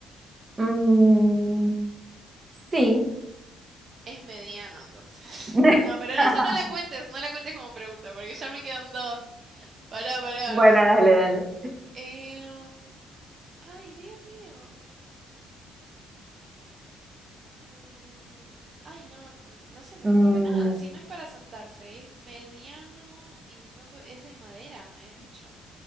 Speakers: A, on the right; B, on the right.
A: Mm, sí.
B: Es mediano, entonces.
A: <laughs>
B: <laughs> No, pero en eso no la cuentes, no la cuentes como pregunta, porque ya me quedan dos. Pará, pará.
A: Bueno, dale, dale.
B: Em, ay, Dios mío. Mm, ay, no, n- no se me
A: Mm,
B: ocurre nada. Si no es para sentarse y es mediano y no po- es de madera, me habías dicho.